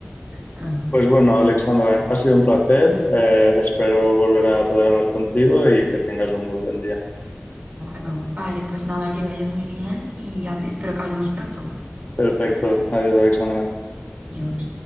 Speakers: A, on the right (about 30°); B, on the left (about 50°).
A: ah,
B: Pues bueno, Alexandra, ha sido un placer, eh, espero volver a poder hablar contigo y que tengas un muy buen día.
A: claro. Vale, pues nada, que vaya muy bien y hable, espero que hablemos pronto.
B: Perfecto, adiós, Alexandra.
A: Adiós.